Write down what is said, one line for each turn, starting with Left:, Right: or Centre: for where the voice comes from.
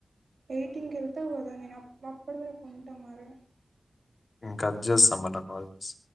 Right: ఎయిటీన్ వెళ్తావు కదా నేను అప్పటి వరకుంట మరి
Left: ఇంకా జస్ ఆ మన కాల్ చేస్